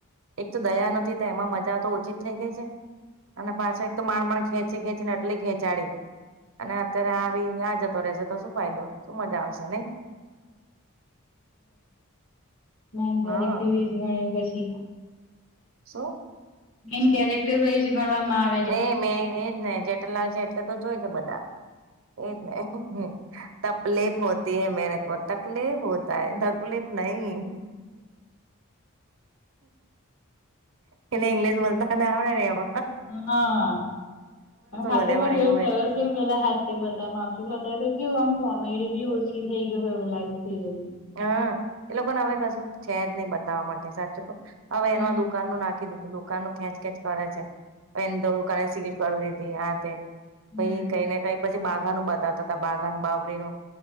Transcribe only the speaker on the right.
એકતો દયા નથી, તો એમાં મજા તો ઓછી થઈ ગઈ છે, અને પાછળ તો માણ માણ ખેંચી ખેંચી ને આટલી ખેંચાડી અને અત્યારે આવી નયાજ તો રહેશે તો શું ફાયદો શું મજા આવશે નહીં?
હા
શું?
એમેં એજ ને જેઠાલાલ છે એટલેતો જોય છે બધા. એજ ને તકલીફ હોત તી મેરે કો તકલીફ હોતા હે તકલીફ નહીં. એને ઈંગ્લિશ બોલતાના આવડે ને એવો.
બોલે પણ એવો
એ.
હાએ લોકોને હવે કશું છે, જ નહીં બતાવવા માટે સાચું કહું હવે
એનું આ દુકાનનું નાખ કંઈ દીધું દુકાન નું ખેંચ ખેંચ કરે છે, દુકાને સીલ કરી દીધી આતે.
પછી કંઈને કંઈ પછી બાઘાનું બતાવતા હતા, બાઘાન બાવરીનું